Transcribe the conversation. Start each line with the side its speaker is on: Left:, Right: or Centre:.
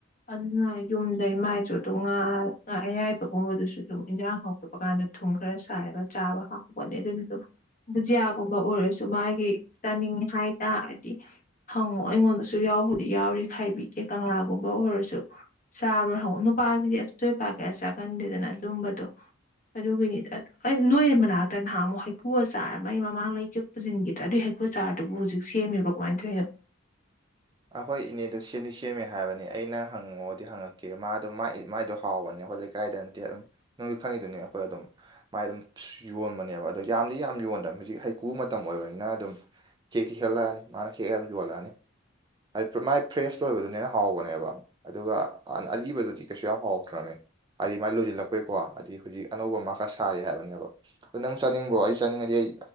Left: ꯑꯗꯨꯅ ꯌꯨꯝꯗ ꯏꯃꯥꯏꯁꯨ ꯑꯗꯨꯝ ꯉꯥ ꯉꯥ ꯑꯌꯥꯏꯕ ꯑꯗꯨꯒꯨꯝꯕꯗꯨꯁꯨ ꯑꯗꯨꯝ ꯏꯟꯖꯥꯡ ꯍꯥꯎꯇꯕ ꯀꯥꯟꯗ ꯊꯨꯝ ꯈꯔ ꯆꯥꯏꯔꯒ ꯆꯥꯕ ꯍꯥꯎꯕꯅꯦ ꯑꯗꯨꯅꯁꯨ ꯕꯨꯖꯤꯌꯥꯒꯨꯝꯕ ꯑꯣꯏꯔꯁꯨ ꯃꯥꯒꯤ ꯆꯥꯅꯤꯡꯉꯦ ꯍꯥꯏꯇꯥꯔꯗꯤ ꯍꯪꯉꯣ ꯑꯩꯉꯣꯟꯗꯁꯨ ꯌꯥꯎꯕꯨꯗꯤ ꯌꯥꯎꯔꯤ ꯈꯥꯏꯕꯤꯒꯦ ꯀꯪꯂꯥꯒꯨꯝꯕ ꯑꯣꯏꯔꯁꯨ ꯆꯥꯕ꯭ꯔꯣ ꯍꯪꯉꯣ ꯅꯨꯄꯥꯁꯤꯗꯤ ꯑꯆꯣꯏ ꯄꯥ ꯀꯌꯥ ꯆꯥꯒꯟꯗꯦꯗꯅ ꯑꯗꯨꯝꯕꯗꯣ ꯑꯗꯨꯒꯤꯅꯤꯗ ꯑꯗ‌ꯣ ꯑꯩ ꯅꯣꯏ ꯃꯅꯥꯛꯇ ꯅꯍꯥꯟ ꯃꯨꯛ ꯍꯩꯀꯨ ꯑꯆꯥꯔ ꯑꯃ ꯑꯩ ꯃꯃꯥꯡ ꯂꯩꯈꯤꯕ ꯄꯨꯁꯤꯟꯈꯤꯗ꯭ꯔꯥ ꯍꯩꯀꯔꯨ ꯑꯆꯥꯔꯗꯨꯕꯨ ꯍꯧꯖꯤꯛ ꯁꯦꯝꯃꯤꯕ꯭ꯔꯣ ꯀꯃꯥꯏꯟ ꯇꯧꯏꯅꯣ
Right: ꯑꯈꯣꯏ ꯏꯅꯦꯗꯣ ꯁꯦꯝꯗꯤ ꯁꯦꯝꯃꯦ ꯍꯥꯏꯕꯅ‌ꯦ ꯑꯩꯅ ꯍꯪꯉꯣꯗꯤ ꯍꯪꯉꯛꯀꯦ ꯃꯥꯗꯣ ꯃꯥꯏ ꯃꯥꯏꯗꯣ ꯍꯥꯎꯕꯅꯦ ꯑꯩꯈꯣꯏ ꯂꯩ ꯀꯥꯏꯗ ꯅꯠꯇꯦ ꯑꯝ ꯅꯪꯁꯨ ꯈꯪꯉꯤꯗꯨꯅꯤ ꯑꯈꯣꯏ ꯑꯗꯨꯝ ꯃꯥꯏ ꯑꯗꯨꯝ ꯌꯣꯟꯕꯅꯦꯕ ꯑꯗꯣ ꯌꯥꯝꯗꯤ ꯌꯥꯝ ꯌꯣꯟꯗꯝ ꯍꯧꯖꯤꯛ ꯍꯩꯀꯨ ꯃꯇꯝ ꯑꯣꯏꯕꯅꯤꯅ ꯑꯗꯨꯝ ꯍꯦꯛꯇꯤ ꯍꯦꯛꯂꯑꯅꯤ ꯃꯥꯅ ꯍꯦꯛꯑꯒ ꯌꯣꯜꯂꯑꯅꯤ <unintelligible> ꯃꯥꯏ ꯐ꯭ꯔꯦꯁ ꯑꯣꯏꯕꯗꯨꯅ ꯍꯦꯟꯅ ꯍꯥꯎꯕꯅꯦꯕ ꯑꯗꯨꯒ ꯑꯟ ꯑꯔꯤꯕꯗꯨꯗꯤ ꯀꯩꯁꯨ ꯌꯥꯝ ꯍꯥꯎꯇ꯭ꯔꯃ‌ꯦ ꯍꯥꯏꯗꯤ ꯃꯥꯏ ꯂꯣꯏꯖꯤꯜꯂꯛꯄꯩꯀꯣ ꯍꯥꯏꯗꯤ ꯈ‌ꯣꯏꯒꯤ ꯑꯅꯧꯕ ꯃꯥ ꯈꯔ ꯁꯥꯔꯤ ꯍꯥꯏꯕꯅꯦꯕ ꯑꯗꯨ ꯅꯪ ꯆꯥꯅꯤꯡꯕ꯭ꯔꯣ ꯑꯩ ꯆꯥꯅꯤꯡꯉꯗꯤ ꯑꯩ